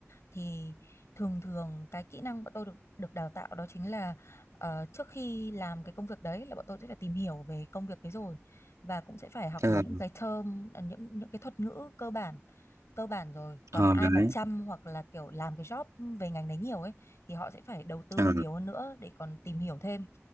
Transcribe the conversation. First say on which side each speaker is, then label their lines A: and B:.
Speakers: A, on the left; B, on the right.
A: thì thường thường cái kỹ năng bọn tôi được được đào tạo đó chính là ờ, trước khi làm cái công việc đấy là bọn tôi sẽ phải tìm hiểu về công việc đấy rồi và cũng sẽ phải học
B: Ờ,
A: những cái term ờ, những những cái thuật ngữ cơ bản cơ bản rồi còn
B: ờ,
A: ai
B: đấy.
A: mà chăm hoặc là kiểu làm cái job về ngành đấy nhiều ấy thì họ sẽ phải đầu tư
B: Ờ.
A: nhiều hơn nữa để còn tìm hiểu thêm